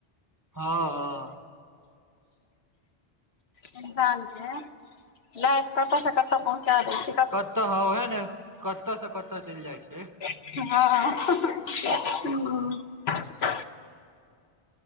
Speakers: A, on the right (about 20°); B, on the left (about 80°).
A: हँ ह
B: इंसान के लाइफ कतऽ से कतऽ पहुँचा दै छी
A: कतऽ ह हे ने कतऽ से कतऽ चलि जाइ छै
B: हँ ह कस